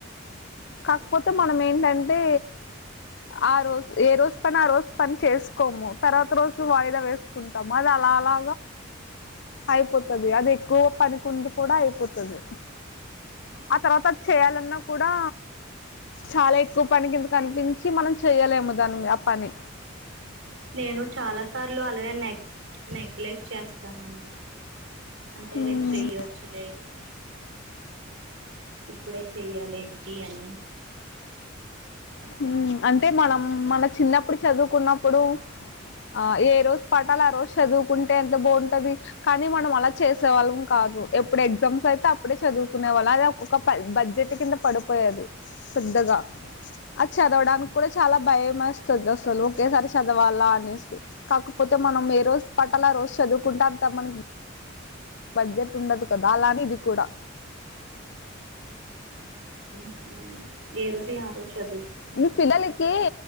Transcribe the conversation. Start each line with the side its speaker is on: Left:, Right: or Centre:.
Left: కాకపోతే మనం ఏంటంటే ఆ రోజు ఏ రోజు పని ఆ రోజు పని చేసుకోము. తర్వాత రోజు వాయిదా వేసుకుంటాము. అద లాలా అయిపోతది అది ఎక్కువ పనికింది కూడా అయిపోతది. ఆ తర్వాత చేయాలన్నా కూడా చాలా ఎక్కువ పని కిందికనిపించి మనం చెయ్యలేము దానిని ఆ పని
Right: నేను చాలా సార్లు అలాగే నెగ్ నెగ్లెక్ట్ చేస్తానండి. అంటే
Left: ఉమ్
Right: రేపు చెయ్యొచ్చులే ఇప్పుడే చెయ్యాలేంటి అన్నీ
Left: హుమ్ అంటే మనం మన చిన్నప్పుడు చదువుకున్నప్పుడు ఆ ఏ రోజు పాటాలు ఆ రోజు చదువుకుంటే ఎంత బావుంటది కానీ, మనం అలా చేసేవాళ్ళం కా ఎప్పుడ్ ఎగ్జామ్స్ ఐతే అప్పుడే చదువుకునే వాల్ అదే ఒక బడ్జెట్ కింద పడిపోయేది. డగా అది చదవడానికి కూడా చాలా భయమేస్తది అసలు ఒకేసారి చదవాలా అని కాకపోతే మనం ఏ రోజు పాటాల్ ఆ రోజు చదువుకుంటా అంత మనకి బడ్జెట్ ఉండదు కదా అలానే ఇది కూడా
Right: ఉ ఏ రోజుయ్ ఆ రోజు చదువ్
Left: మీ పిల్లలికి